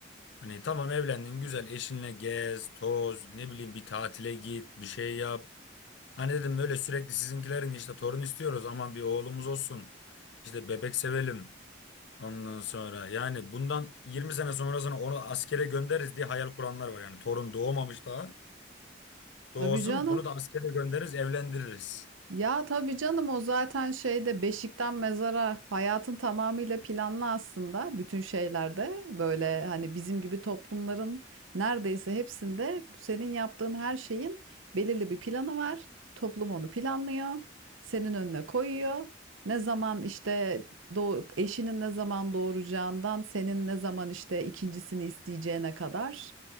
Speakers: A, on the left; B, on the right.
A: Hani tamam evlendin güzel eşinle gez, toz, ne bileyim bir tatile git, bir şey yap. Hani dedim böyle sürekli sizinkilerin işte torun istiyoruz aman bir oğlumuz olsun. işte bebek sevelim ondan sonra. Yani bundan 20 sene sonrasına onu askere göndeririz diye hayal kuranlar var. Yani torun doğmamış daha.
B: Tabii
A: Doğsun
B: canım.
A: bunu da askere göndeririz, evlendiririz.
B: Ya tabii canım o zaten şeyde beşikten mezara hayatın tamamıyla planlı aslında bütün şeylerde böyle hani bizim gibi toplumların neredeyse hepsinde bu senin yaptığın her şeyin belirli bir planı var. Toplum onu planlıyor, senin önüne koyuyor. Ne zaman işte doğ- eşinin ne zaman doğuracağından senin ne zaman işte ikincisini isteyeceğine kadar.